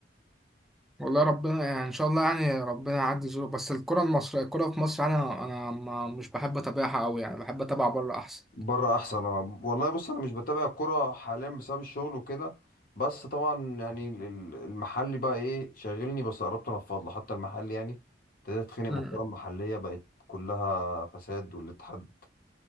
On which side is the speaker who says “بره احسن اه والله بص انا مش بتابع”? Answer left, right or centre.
Left